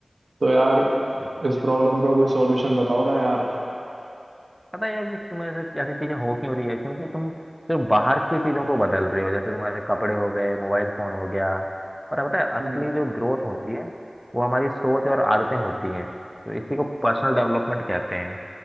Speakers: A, on the right; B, in the centre.
A: तो यार
B: अच्छा।
A: इस प्रॉब्लम का कोई सॉल्यूशन बताओ ना यार
B: पता है यार ये तुम्हारे साथ ऐसी चीजें हो क्यों रही है क्योंकि तुम सिर्फ बाहर की चीजों को बदल रहे हो जैसे तुम्हारे कपड़े हो गए मोबाइल फोन हो गया पर पता है असली
A: हम्म
B: जो ग्रोथ होती है वो हमारी सोच और आदतें होती हैं तो इसी को पर्सनल डेवलपमेंट कहते हैं